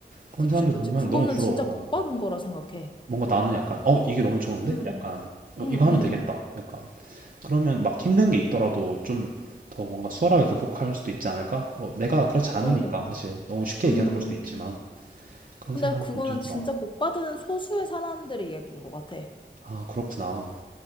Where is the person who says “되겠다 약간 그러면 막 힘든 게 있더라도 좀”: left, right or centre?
Right